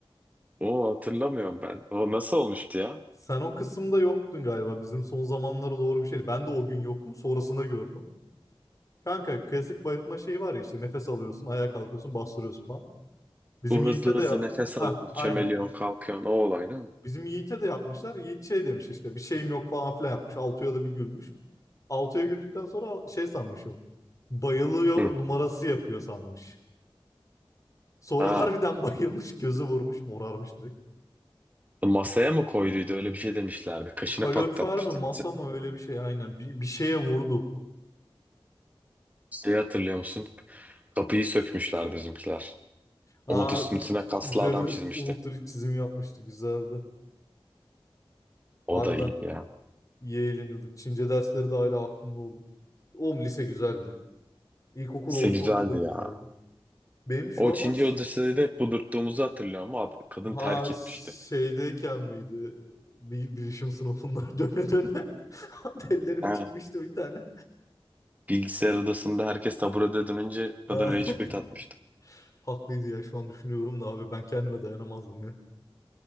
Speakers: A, on the right; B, on the left.
A: O hatırlamıyorum ben. O nasıl olmuştu ya?
B: Sen o kısımda yoktun galiba. Bizim son zamanlara doğru bir şeydi. Ben de o gün yoktum. Sonrasında gördüm. Kanka klasik bayıltma şeyi var ya işte nefes alıyorsun, ayağa kalkıyorsun, bastırıyorsun falan. Bizim
A: Bu
B: Yiğit'e
A: hızlı hızlı
B: de
A: nefes
B: ha
A: alıyorsun,
B: aynen.
A: çömeliyorsun, kalkıyorsun. O olay değil mi?
B: Bizim Yiğit'e de yapmışlar. Yiğit şey demiş işte bir şeyim yok falan filan yapmış. Altuğ'a da bir gülmüş. Altuğ'a güldükten sonra şey sanmış o. Bayılıyor
A: Hı.
B: numarası yapıyor sanmış. Sonra
A: Ha.
B: <laughs> harbiden bayılmış, gözü vurmuş, morarmış
A: Masaya mı koyduydu? Öyle bir şey demişlerdi. Kaşını
B: Kalorifer
A: patlatmıştı.
B: mi masa mı öyle bir şey aynen bir, bir şeye vurdu.
A: Şeyi hatırlıyor musun? Kapıyı sökmüşlerdi bizimkiler.
B: Aa
A: Umut üstüne
B: ü-
A: kaslı
B: üzerine
A: adam çizmişti.
B: Umut'un çizim yapmıştı güzeldi.
A: O
B: Harbiden
A: da iyiydi ya.
B: iyi eğleniyorduk. Çince dersleri de hala aklımda oğlum. Oğlum lise güzeldi. İlkokul,
A: Se
B: ortaokul
A: güzeldi
B: da güzeldi.
A: ya.
B: Benim şu
A: O
B: aralar
A: Çinci odasında da kudurttuğumuzu hatırlıyorum ama kadın
B: ha
A: terk etmişti.
B: şeydeyken miydi? Bir bilişim sınıfından <laughs> döne döne <laughs> dellenip
A: Ha.
B: çıkmıştı bir tane.
A: Bilgisayar odasında herkes taburede dönünce kadın
B: Ha,
A: rage
B: <laughs>
A: quit atmıştı.
B: Haklıydı ya şu an düşünüyorum da abi ben kendime dayanamazdım ya.